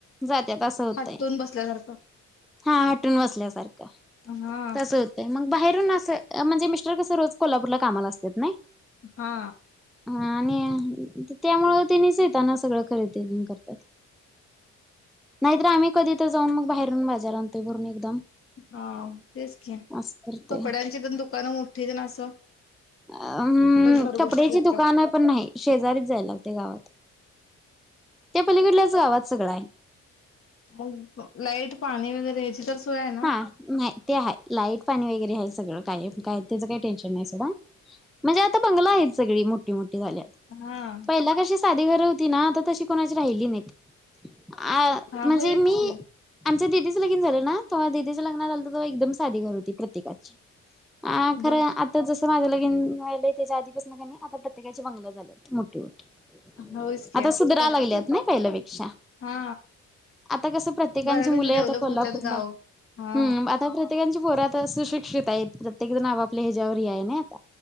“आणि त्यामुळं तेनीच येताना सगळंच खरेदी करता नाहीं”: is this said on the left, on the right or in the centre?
Centre